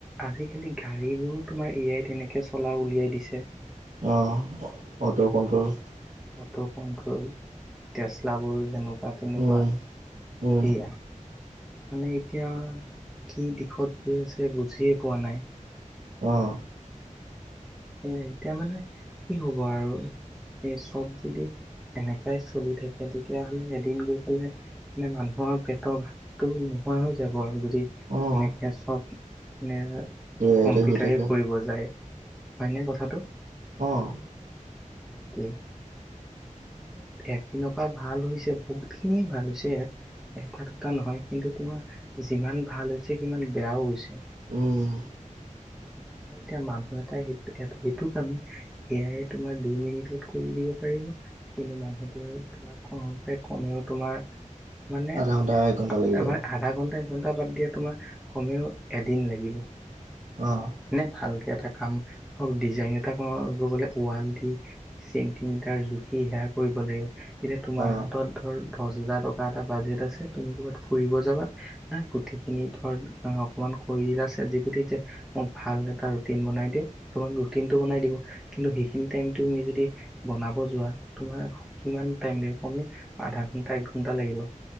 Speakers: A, in the centre; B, on the right (about 70°).
A: আজিকালি গাড়ীবোৰো তোমাৰ এ আই এনেকে চলা উলিয়াই দিছে।
B: অঁ অটো' কণ্ট্ৰল।
A: মটৰ কণ্ট্ৰল এই টেচলাবোৰ যেনেকুৱা তেনেকুৱা।
B: উম উম।
A: সেয়া মানে এতিয়া কি দিশত গৈ আছে বুজিয়ে পোৱা নাই।
B: অহ
A: এ এতিয়া মানে কি হব আৰু এ চব যদি। এনেকাই চলি থাকে তেতিয়াহলে এদিন গৈ পেলাই। মানে মানুহৰ পেটৰ ভাতটো নোহোৱা হৈ যাব আৰু যদি। এনেকে
B: অহ
A: চব মানে
B: এ আইতে
A: কম্পিউটাৰে
B: হৈ থাকে
A: কৰিব যায়। হয়নে কথাটো।
B: অ',
A: সেইটোৱে মানে এপিনৰ পৰা ভাল হৈছে বহুত খিনি ভাল হৈছে এথা দুথা নহয় কিন্তু তোমাৰ যিমান ভাল হৈছে সিমান বেয়াও হৈছে।
B: উম,
A: সেইটোৱে মানে এতিয়া মান এটা স এ সেইটো কামে এ আই তোমাৰ দুই মিনিটত কৰি দিব পাৰিব। কিন্তু মানুহটোৱে তোমাৰ কওঁতে কমেও তোমাৰ মানে
B: আধা ঘণ্টা এক ঘণ্টা লাগি যাব
A: এবাৰ আধা ঘণ্টা একঘণ্টা বাদ দিয়া তোমাৰ কমেও এদিন লাগিব
B: অ',
A: হয় নে ভালকে এটা কাম ধৰ ডিজাইন এটা কৰিব গলে ৱাল দি চেণ্টিমিটাৰ জুখি সেয়া কৰিব লাগিব এতিয়া তোমাৰ
B: অহ
A: হাতত ধৰ দছ হাজাৰ টকা এটা বাজেট আছে তুমি ক'ৰবাত ফুৰিব যাবা হাঁ, গোটেই খিনি ধৰ অকমান কই দিলা ছেট যিপি টিত যে মোক ভাল এটা ৰুটিন বনাই দিয়ক, তোমাক ৰুটিন টো বনায় দিব, কিন্ত সেই খিনি টাইম তুমি যদি বনাব যোৱা তোমাৰ কিমান টাইম লাগিব কমেও আধা ঘন্টা এক ঘন্টা লাগিব।